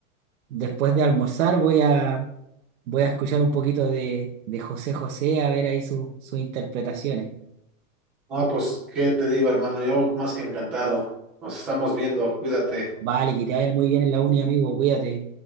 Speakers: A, on the right; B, in the centre.
A: después de almorzar, voy a, voy a escuchar un poquito de, de José José, a ver ahí su- sus interpretaciones.
B: No, pues, ¿qué te digo, hermano? Yo más que encantado. Nos estamos viendo, cuídate.
A: Vale, que te vaya muy bien en la uni, amigo, cuídate.